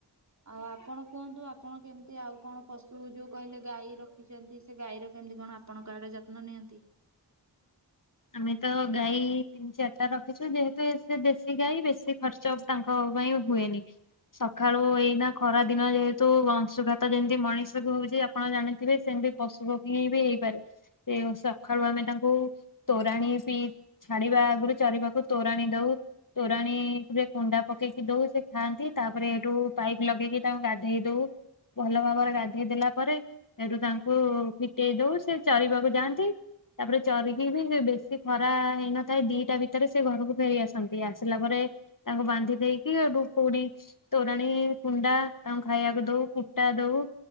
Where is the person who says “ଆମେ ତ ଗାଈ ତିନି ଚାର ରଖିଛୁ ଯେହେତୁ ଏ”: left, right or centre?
Left